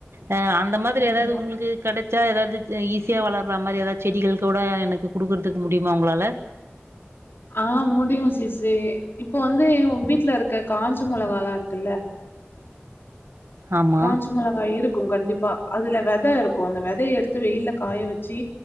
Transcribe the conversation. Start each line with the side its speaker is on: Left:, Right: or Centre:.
Right: ஆ அந்த மாதிரி
Left: ஆமா.
Right: எதாது உங்களுக்கு கெட ச்ச எதாது ச ஈஸியா வளர்ற மாரி எதாவது செடிகள் கூட எனக்கு குடுக்குறதுக்கு முடியுமா உங்களால
Left: ஆஹ் முடியு சிசி இப்பொ வந்து உங்க வீட்ல இருக்க காஞ்ச மொளகலா இருக்குல்ல
Right: ஆமா,
Left: காஞ்ச மொளகா இருக் க்கு கண்டிப்பா அதுல வெத இருக்கு அந்த வெதய எடுத்து வெயில காய வச்சு